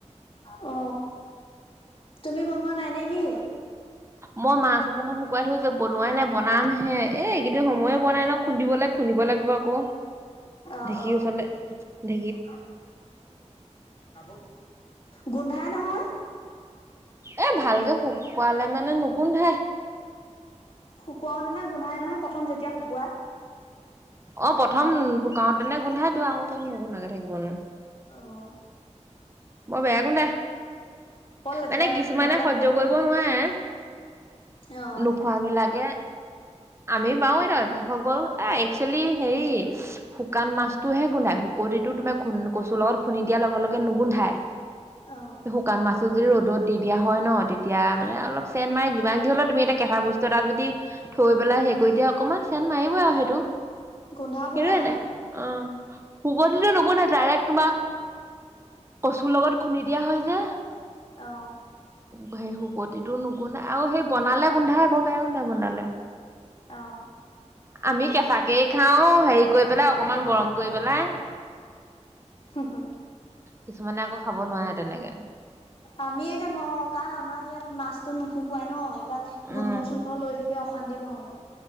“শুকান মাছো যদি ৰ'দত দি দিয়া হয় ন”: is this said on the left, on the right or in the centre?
Right